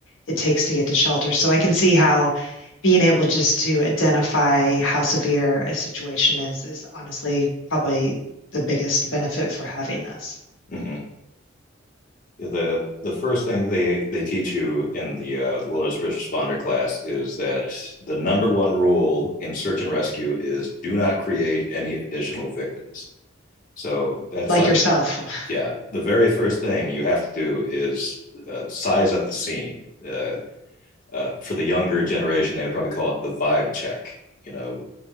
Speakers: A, on the left (about 75°); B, on the left (about 45°).
A: it takes to get to shelter. So I can see how being able just to identify how severe a situation is is honestly probably the biggest benefit for having this.
B: Mm-hmm. The the first thing they they teach you in the uh, the wilderness first responder class is that the number one rule in search and rescue is do not create any additional victims. So that's
A: Like
B: like
A: yourself. <laughs>
B: yeah, the very first thing you have to do is uh, size up the scene. Uh, uh, for the younger generation, they would probably call it the vibe check. You know,